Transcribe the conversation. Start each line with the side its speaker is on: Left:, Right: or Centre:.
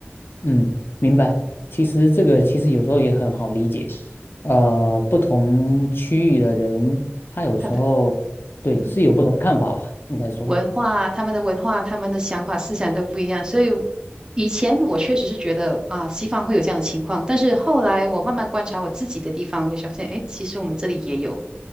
Left: 嗯，明白。其实这个其实有时候也很好理解，呃，不同区域的人，他有时候对是有不同看法吧，
Right: 他的，嗯哼。
Left: 应该说，
Right: 文化、他们的文化、他们的想法、思想都不一样，所以以前我确实是觉得啊，西方会有这样的情况，但是后来我慢慢观察我自己的地方，我就发现，哎，其实我们这里也有，